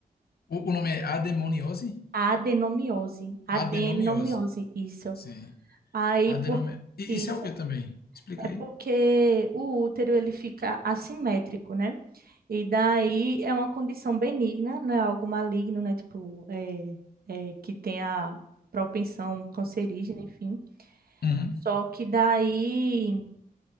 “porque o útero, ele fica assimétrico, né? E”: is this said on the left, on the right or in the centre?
Right